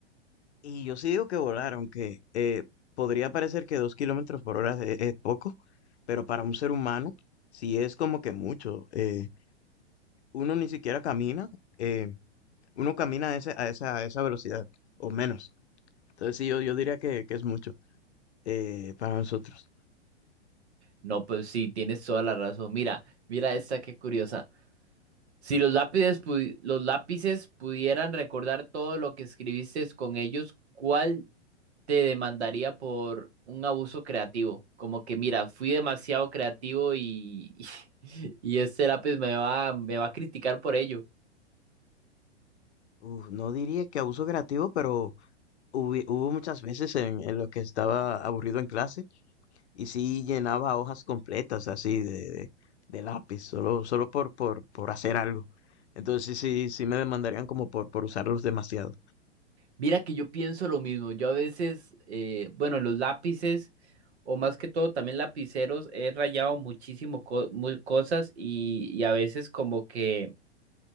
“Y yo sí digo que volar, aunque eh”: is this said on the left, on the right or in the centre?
Left